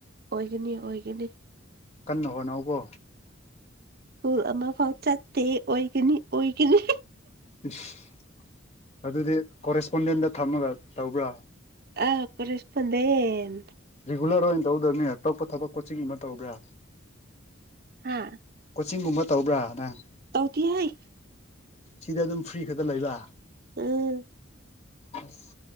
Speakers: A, on the right (about 50°); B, on the left (about 30°).
A: ꯑꯣꯏꯒꯅꯤ ꯑꯣꯏꯒꯅꯤ
B: ꯀꯟꯅ ꯍꯣꯠꯅꯧꯀꯣ
A: ꯁ꯭ꯀꯨꯜ ꯑꯃꯐꯥꯎ ꯆꯠꯇꯦ ꯑꯣꯏꯒꯅꯤ ꯑꯣꯏꯒꯅꯤ
B: ꯏꯁ ꯑꯗꯨꯗꯤ ꯀꯣꯔꯦꯁꯄꯣꯟꯗꯦꯟꯗ ꯊꯝꯃꯒ ꯇꯧꯕ꯭ꯔꯥ
A: ꯑ ꯀ‌ꯣꯔ‌ꯦꯁꯄ‌ꯣꯟꯗꯦꯟ
B: ꯔꯤꯒꯨꯂꯔ ꯑꯣꯏꯅ ꯇꯧꯗꯕꯅꯤꯅꯦ ꯑ ꯇꯣꯞꯄ ꯊꯕꯛ ꯀꯣꯆꯤꯡ ꯒꯨꯝꯕ ꯇꯧꯕ꯭ꯔꯥ
A: ꯍꯥꯥ
B: ꯀꯣꯆꯤꯡ ꯒꯨꯝꯕ ꯇꯧꯕ꯭ꯔꯥ ꯅꯪ
A: ꯇꯧꯗ‌ꯦꯍꯩ
B: ꯁꯤꯗꯥ ꯑꯗꯨꯝ ꯐ꯭ꯔꯤ ꯈꯛꯇ ꯂꯩꯕ꯫
A: ꯎꯝ
B: ꯑꯁ